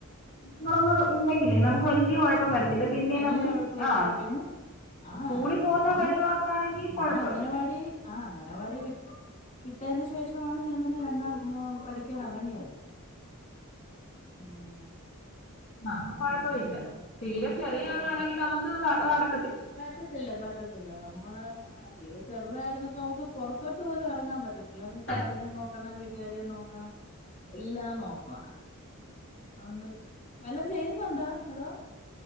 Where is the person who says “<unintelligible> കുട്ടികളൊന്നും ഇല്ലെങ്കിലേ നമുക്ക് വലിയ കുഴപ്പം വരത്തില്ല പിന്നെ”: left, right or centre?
Left